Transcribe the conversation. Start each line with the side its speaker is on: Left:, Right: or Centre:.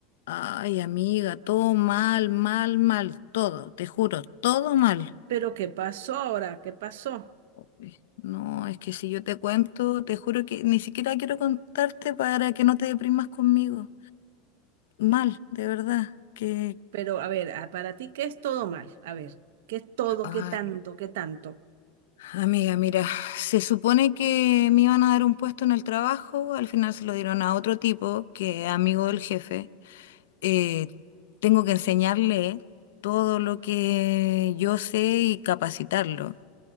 Left: Ay, amiga, todo mal, mal, mal, todo, te juro, todo mal.
Right: Pero ¿qué pasó ahora? ¿Qué pasó?
Left: Uy, no, es que si yo te cuento, te juro que ni siquiera quiero contarte para que no te deprimas conmigo. Mal, de verdad, que...
Right: Pero a ver, a- para ti, ¿qué es todo mal? A ver, ¿qué es todo?
Left: Ay,
Right: ¿Qué tanto? ¿Qué tanto?
Left: amiga, mira, se supone que me iban a dar un puesto en el trabajo, al final se lo dieron a otro tipo que es amigo del jefe. Eh, tengo que enseñarle todo lo que yo sé y capacitarlo.